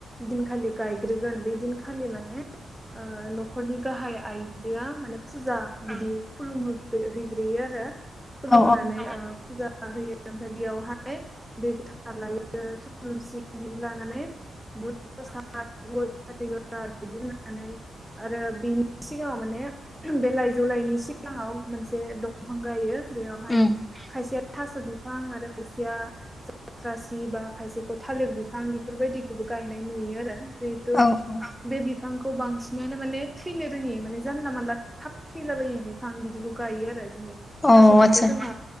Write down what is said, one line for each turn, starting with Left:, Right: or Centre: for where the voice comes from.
Centre: दिनखालि गायग्रो गोन बै दिनखालि माने नखरनि गाहाय आइजोआ फुजा बिदि खुलुम हैग्रोयो आरो खुलुमनानै
Left: औ
Centre: फुजा होयो ओमफ्राय बेयावहाय दै गोथांर लायो थुलुनसि बिदि लानानै <unintelligible> बिदि होननानै आरो बिनि सिगाङाव माने बे लाइजौ लाइनि सिगाङाव मोनसे दंफां गायो बेयावहाय
Left: उम
Centre: खायसेया थास' बिफां आरो खायसेया जाथ्रासि बा खायसेखौ थालिर बिफां बेफोरबायदिखौबो गायनाय नुयो आरो जेहेथु
Left: औ औ
Centre: बे बिफां खौ बांसिनानो माने थैनो रोङि माने जानला मानला थाब थैलाबायि बिफां बिदिखौ गायो आरो जेरै
Left: औ
Centre: थास'फ्राथ'
Left: आतसा
Centre: जोंहा